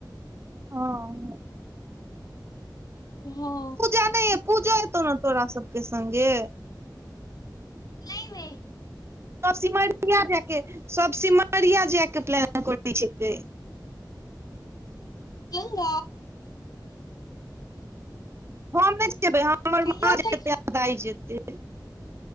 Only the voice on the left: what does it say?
हँ
नहि नहि
जन्द
कहिया
जाइ